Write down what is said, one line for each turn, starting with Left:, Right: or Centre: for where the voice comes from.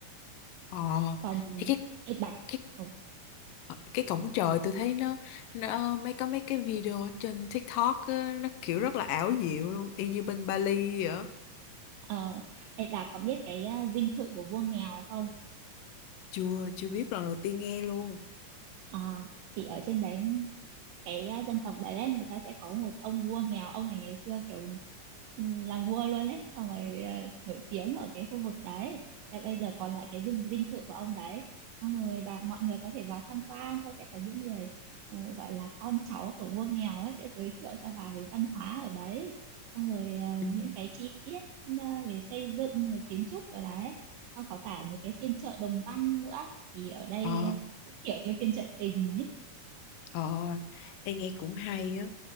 Left: Ờ.
Right: còn
Left: Thì cái
Right: Ê Bà
Left: cái
Right: ừ.
Left: ờ, cái cổng trời tôi thấy nó nó mấy có mấy cái video ở trên TikTok á, nó kiểu rất là ảo diệu luôn, y như bên Bali vậy. á.
Right: ờ, Ê có biết cái à, dinh thự của vua mèo không
Left: Chưa chưa biết lần đầu tiên nghe luôn.
Right: Ờ, thì ở trên đấy cái à, dân tộc đấy ấy, người ta sẽ có một ông vua mèo ông này ngày xưa kiểu ừ, làm vua luôn ấy xong rồi à, nổi tiếng ở cái khu vực đấy và bây giờ còn lại cái dinh dinh thự của ông đấy xong rồi và mọi người có thể vào tham quan xong sẽ có những người ờ, gọi là con cháu của vua mèo ấy sẽ giới thiệu cho bà về văn hóa ở đấy xong rồi ờ,
Left: Ừ.
Right: những cái chi tiết ờ, về xây dựng rồi kiến trúc ở đấy xong có cả mấy cái phiên chợ Đồng Văn nữa thì ở đây
Left: Ờ.
Right: ờ, cũng kiểu như phiên chợ tình ấy.
Left: Ờ. Em nghe cũng hay á.